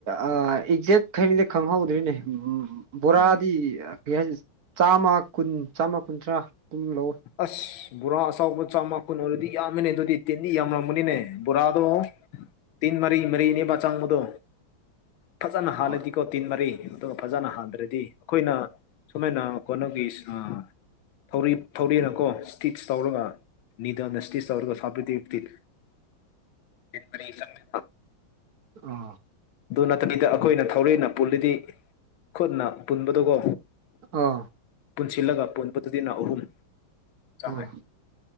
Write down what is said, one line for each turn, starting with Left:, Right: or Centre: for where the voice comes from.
Right: ꯑ ꯑꯦꯛꯖꯦꯛ ꯈꯪꯗꯤ ꯈꯪꯍꯧꯗ꯭ꯔꯦꯅꯦ ꯎꯝ ꯕꯣꯔꯥꯗꯤ
Left: ꯎꯝ
Right: ꯀꯩ ꯍꯥꯏꯅꯤ ꯆꯥꯝꯃ ꯀꯨꯟ ꯆꯥꯝꯃ ꯀꯨꯟꯊ꯭ꯔꯥ ꯑꯗꯨꯝ ꯂꯧꯋꯦ
Left: ꯑꯁ ꯕꯣꯔꯥ ꯑꯆꯧꯕ ꯆꯥꯝꯃ ꯀꯨꯟ ꯑꯣꯏꯔꯗꯤ ꯌꯥꯝꯃꯤꯅꯦ ꯑꯗꯨꯗꯤ ꯇꯤꯟꯗꯤ ꯌꯥꯝꯔꯝꯃꯅꯤꯅꯦ ꯕꯣꯔꯥꯗꯣ ꯇꯤꯟ ꯃꯔꯤ ꯃꯔꯤꯅꯦꯕ ꯆꯪꯕꯗꯣ
Right: <inaudible>
Left: ꯐꯖꯅ ꯍꯥꯜꯂꯗꯤꯀꯣ
Right: ꯑꯥ
Left: ꯇꯤꯟ ꯃꯔꯤ ꯑꯗꯨꯒ ꯐꯖꯅ ꯍꯥꯟꯗ꯭ꯔꯗꯤ ꯑꯩꯈꯣꯏꯅ ꯁꯨꯃꯥꯏꯅ ꯀꯣꯟꯅꯒꯤ ꯁꯥ ꯊꯧꯔꯤ ꯊꯧꯔꯦꯅꯀꯣ ꯁꯇꯤꯆ ꯇꯧꯔꯒ ꯅꯤꯗꯜꯅ ꯁꯇꯤꯆ ꯇꯧꯔꯒ ꯁꯥꯕꯗꯤ ꯇꯤꯠ <unintelligible>
Right: ꯑ
Left: ꯑꯗꯨ ꯅꯠꯇꯕꯤꯗ ꯑꯩꯈꯣꯏꯅ ꯊꯧꯔꯤꯅ ꯄꯨꯜꯂꯤꯗꯤ ꯈꯨꯠꯅ ꯄꯨꯟꯕꯗꯨꯀꯣ
Right: ꯑꯥ
Left: ꯄꯨꯟꯁꯤꯜꯂꯒ ꯄꯨꯟꯕꯗꯨꯗꯤꯅ ꯑꯍꯨꯝ ꯆꯥꯡꯉꯦ
Right: ꯑꯥ